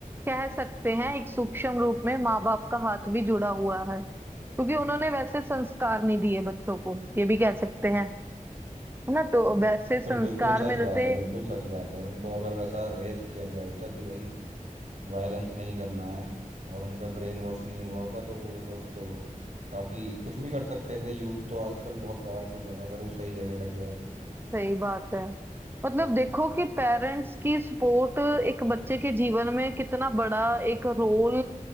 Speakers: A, on the right; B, on the right.
A: कह सकते हैं एक सूक्ष्म रूप में माँ बाप का हाथ भी जुड़ा हुआ है क्योंकि उन्होंने वैसे संस्कार नहीं दिए बच्चों को ये भी कह सकते हैं है ना तो वैसे
B: बिल्कुल
A: संस्कार
B: बिल्कुल सच
A: मिलते
B: बात है बिल्कुल सच बात है उनको अगर वैसा रेज किया गया होता कि भाई वायलेंस नहीं करना है और उनका ब्रेन वॉश नहीं हुआ होता तो वो लोग तो काफ़ी कुछ भी कर सकते थे यूथ तो आजकल बहुत पावरफुल है अगर वो सही जगह लग जाए तो
A: सही बात है मतलब देखो कि पेरेंट्स की सपोर्ट एक बच्चे के जीवन में कितना बड़ा एक रोल